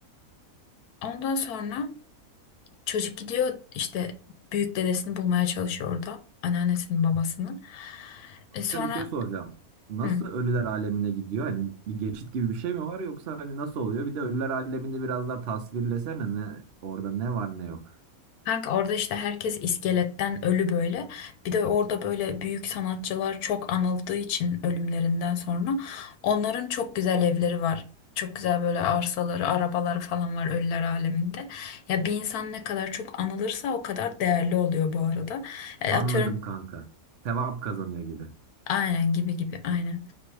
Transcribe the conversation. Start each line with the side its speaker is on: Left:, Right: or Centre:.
Left: Ondan sonra Çocuk gidiyor işte büyük dedesini bulmaya çalışıyor orada. Anneannesinin babasının.
Right: Kanka
Left: E sonra
Right: bir şey soracağım. Nasıl
Left: hı,
Right: ölüler alemine gidiyor? Hani bir geçit gibi bir şey mi var yoksa hani nasıl oluyor? Bir de ölüler alemini biraz daha tasvirlesene ne orada ne var ne yok.
Left: kanka orada işte herkes iskeletten ölü böyle. Bir de orada böyle büyük sanatçılar çok anıldığı için ölümlerinden sonra onların çok güzel evleri var. Çok güzel böyle arsaları, arabaları falan var ölüler aleminde. Ya bir insan ne kadar çok anılırsa o kadar değerli oluyor bu arada. E,
Right: Anladım
Left: atıyorum
Right: kanka. Sevap kazanıyor gibi.
Left: Aynen gibi gibi aynen.